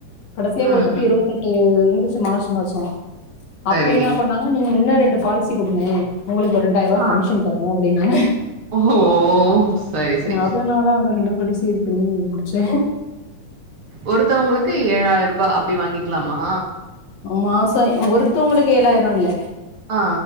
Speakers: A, on the left; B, on the right.
A: கடசியா
B: ம்,
A: குடுத்தப்ப
B: ம்.
A: இருவத்தஞ் ட்டு இந்துச்சு மார்ச் மாசோ அப்ப
B: சரி.
A: என்ன பண்ணாங்க நீங்க இன்னு ரெண்டு பாலிசி குடுங்க உங்களுக்கு ஒரு ரெண்டாயிர்வா
B: ஆ.
A: கமிஷன் தருவோ அப்டினாங்க
B: ஓஹோ! சரி, சரி.
A: அதனால அந்த ரெண்டு பாலிசி இது பண்ணி முடிச்சே
B: ஒருத்தவுங்களுக்கு ஏழாயருபா அப்டி வாங்கிக்லாமா
A: மாசோ ஒருத்தவுங்களுக்கு ஏழாயிரல்ல
B: ஆ